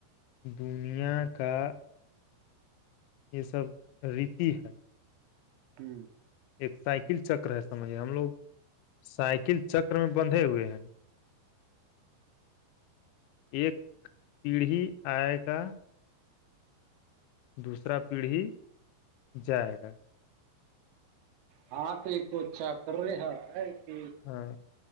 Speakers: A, on the left (about 90°); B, on the right (about 85°).
A: دنیا کا یہ سب ریتی ہے
B: ت <inaudible>
A: ایک سائیکل چکر ہے سمجھیے ہم لوگ سائیکل چکر میں بنددھے ہوئے ہیں ایک پیڑھی آئے گا دوسرا پیڑھی جائے گا
B: ہاں تو ایک تو اچھا کر رہے ہے کہ
A: ہاں